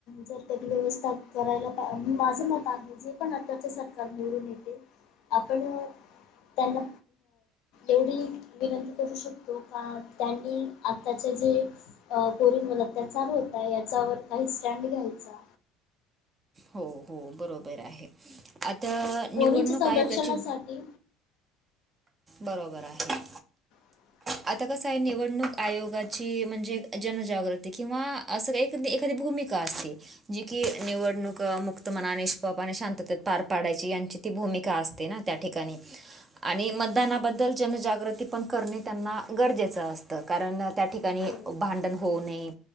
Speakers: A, on the left; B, on the right.
A: जर तरी व्यवस्था करायला पा माझ मत आहे. जे पण आताच सरकार निवडून येतील आपण त्यांना एवढी विनंती करू शकतो का त्यांनी आताचे जे अ पोरींवर अत्याचार होतोय याच्यावर काही स्टँड घ्यायचा.
B: हो हो बरोबर आहे. आता निवडणूक
A: ओरीच्या संरक्षणासाठी
B: आयोगाची बरोबर आहे.
A: ह
B: आता कस आहे निवडणूक आयोगाची म्हणजे जनजागृती किंवा अस एक तर एखादी भूमिका असते. जी की निवडणूक मुक्त मना निष्पाप आणि शांततेत पार पाडायची यांची ती भूमिका असते ना त्या ठिकाणी आणि म.. ज्ञानाबद्दल जनजागृती पण करणे त्यांना गरजेचं असत कारण.. त्या ठिकाणी
A: बरोबर
B: भांडण होऊ नये